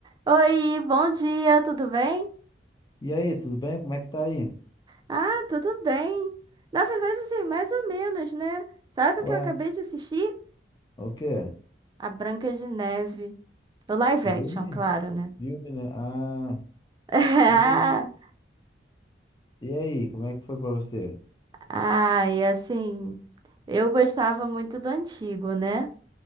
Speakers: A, on the right; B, on the left.
A: Oi, bom dia, tudo bem?
B: E aí, tudo bem? Como é que tá aí?
A: Ah, tudo bem. Na verdade, assim, mais ou menos, né? Sabe
B: Ué,
A: o que eu acabei de assistir?
B: é o quê?
A: A Branca de Neve. O live
B: Filme?
A: action, claro, né?
B: Filme, né? Ah,
A: <laughs>
B: e, e aí, como é que foi pra você?
A: Ah, e assim, eu gostava muito do antigo, né?